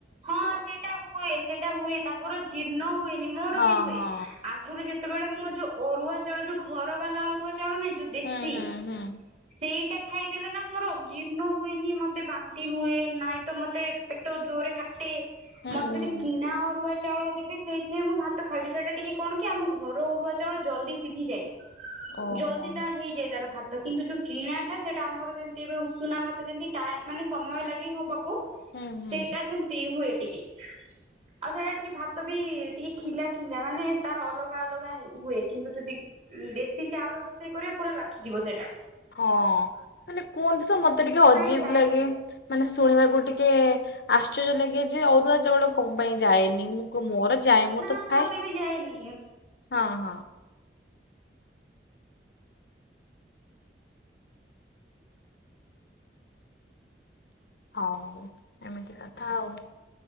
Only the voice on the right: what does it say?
ହଁ ସେଇଟା ହୁଏ ସେଇଟା ହୁଏ ତାଙ୍କର ଜୀର୍ଣ୍ଣ ହୁଏନି ମୋର
ବି ହୁଏ
ଆ ଆଗରୁ ଯେତେବେଳେ ମୁଁ ଯୋଉ ଅରୁଆ ଚାଉଳ ଯୋଉ ଘର ବାଲା ଅରୁଆ ଚାଉଳ ନାଇଁ ଯୋଉ ଦେଶୀ
ସେଇଟା ଖାଇଦେଲେ ନା ମୋର ଜୀର୍ଣ ହୁଏନି ମତେ ବାନ୍ତି ହୁଏ ନାଇଁ ତ ମତେ ପେଟ ଜୋରେ କା ଟେ
ମତେ
ଯଦି କିଣା ଅରୁଆ ଚାଉଳ ଦେବେ ସେଇଥିରେ ମୁଁ ଭାତ ଖାଇବି ସେଇଟା ଟିକେ କଣ କି ଆମ ଘର ଅରୁଆ ଚାଉଳ ଜଲ୍ଦୀ ସିଝିଯାଏ।
ଜଲ୍ଦୀ ତା ହେଇଯାଏ ତାର ଭାତ୍। କିନ୍ତୁ ଯୋଉ କିଣାଟା ସେଟା ଆମର ଯେମିତି ଏବେ ଉଷୁନା ଭାତ ଯେମିତି ଟା ମାନେ ସମୟ ଲାଗିକି ହବ କୁ
ସେଇଟା ସେମିତି ହୁଏ ଟିକେ। ଆଉ ସେଇଟା ଟିକେ ଭାତ ବି ଟିକେ ଖିଲା ଖିଲା ମାନେ ତାର ଅଲଗା ଅଲଗା ହେ ହୁଏ କିନ୍ତୁ ଯଦି ଦେଶୀ ଚାଉଳ ରୋଷେଇ କରିବ ପୁରା ଲାଖିଯିବ ସେଇଟା।
ସେଥିପାଇଁ
ଯାଏନି
ନା
ମତେ ବି ଯାଇନି